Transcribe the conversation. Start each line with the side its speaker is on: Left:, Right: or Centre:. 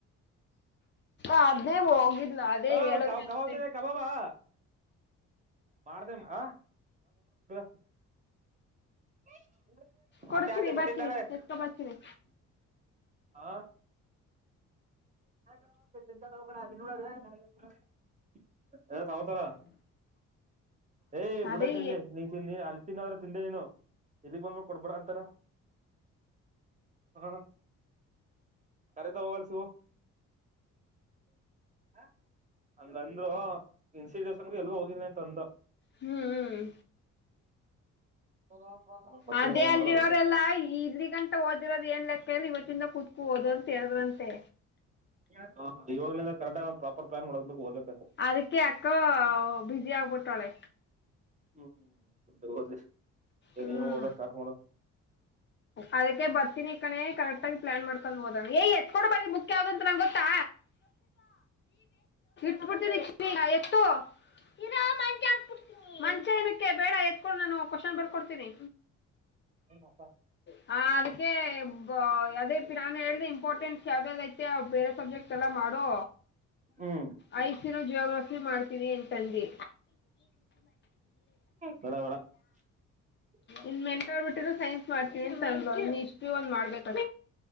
Left: ಅದ್ನೇ ಹೋಗಿದ್ಲ ಅದೇ
Right: ಹೊ
Left: ಹೇಳಿದ್ರಂತೆ
Right: ಕಾವು ಕಾವ್ <unintelligible> ಕಬಾಬ್ ಹಾ ಮಾಡ್ದೇ ಹ <unintelligible> <unintelligible>
Left: ಕೊಡ್ತೀನಿ ಬಾತೀನಿ ಎತ್ಕೊ ಬಾತೀನಿ
Right: ಹಾ, <unintelligible> ಹೇ ಸಮಾಚಾರ ಏಯ್ ಬುಡ
Left: ಅದೇ
Right: ತಿನ್ಲಿ. ನೀ ತಿನ್ ನೀ ಅಲ್ಲಿ ತಿನೋರು ತಿಂದೆ ನೀನು ಇಲ್ಲಿಗ್ ಬಂದ್ ಕೊಡ್ಬೇಡ ಅಂತಾರ್. ಹ್ಮ್ ಕಾಲೇಜದಗ್ ಹೋಗ್ಲ ಶಿವು <inaudible> ಹಂಗಂದ್ರು ಇನ್ಸ್ಟಿಟ್ಯೂಷನ್ಗೆ ಎಲ್ ಹೋಗಿದಿನಿ ಅಂತ ಅಂದ.
Left: ಹ್ಮ, ಹ್ಮ
Right: <inaudible>
Left: ಅದೇ ಅಲ್ಲಿರೋರೆಲ್ಲಾ
Right: ಮಾಡ್ರ ಗೊತ್ತ
Left: ಇಲ್ಲಿಗ ಟ್ ಓದಿರೋದು ಏನ್ ಲೆಕ್ಕ ಇಲಿ ಇವತ್ತಿಂದ ಕುತ್ಕು ಓದು ಅಂತ ಹೇಳಿದ್ರಂತೆ.
Right: ಹ ಇವಾಗಲಿಂದ ಕರೆಕ್ಟಗ್ ಒಂದ ಪ್ರಾಪರ್ ಪ್ಲಾನ್ ಮಾಡ್ಬೇಕ. <unintelligible>
Left: ಅದಕ್ಕೆ ಅಕೊ ಬ್ಯುಸಿ ಆಗ್ಬಿಟ್ಟಳೆ.
Right: ಹ್ಮ್ ಓದ್ಲಿ
Left: ಹ್ಮ್
Right: ನೀನು ಓದ್ಕಕ ಸ್ಟಾರ್ಟ್ ಮಾಡ.
Left: ಅದಕ್ಕೆ ಬರ್ತಿನಿ ಕಣೆ ಕರೆಕ್ಟಾಗಿ ಪ್ಲಾನ್ ಮಾಡ್ಕೊಂದ ಓದೋಣ. ಯ ಎ ಕೊಡು ಬಾ ಬುಕ್ ಯಾವ್ದಂತ ನಂಗೊತ್ತಾ. ಇಟ್ಟ ಬಿಡ್ತಿನಿ ಚಿನ್ನಿ ಎಷ್ಟು. ಇರೋ ಮಂಚ ಹಾಕ್ ಬಿಡ್ತಿನಿ ಮಂಚ ಏನಕ್ಕೆ ಬೇಡ ಎತ್ಕೊಂಡು ನಾನು ಕ್ವಷ್ನ್ ಬರ್ಕೊಡ್ತೀನಿ.
Right: <inaudible>
Left: ಹ ಅದಕ್ಕೆ ಬ ಅದೇ <unintelligible> ನಾನೇ ಹೇಳ್ದ ಇಂಪಾರ್ಟೆನ್ಸ್ ಯಾವ್ದ್ ಯಾವ್ದ್ ಐ ತೇ ಬೇರೆ ಸಬ್ಜೆಕ್ಟ್ ಎಲ್ಲ ಮಾಡು.
Right: ಹ್ಮ್.
Left: ಐಶುನು ಜಿಯೋಗ್ರಫಿ ಮಾಡ್ತೀವಿ ಅಂತದಿ.
Right: ಬೇಡ ಬೇಡ <inaudible>
Left: ಇನ್ ಮೆಂಟಾಡ್ಬಿಟ್ಟಿದ್ರು ಸೈನ್ಸ್ ಮಾಡ್ತೀವಿ ಅಂತದ್ಲು. ಇನ್ ಹಿಸ್ಟರಿ ಒಂದ್ ಮಾಡ್ಬೇಕ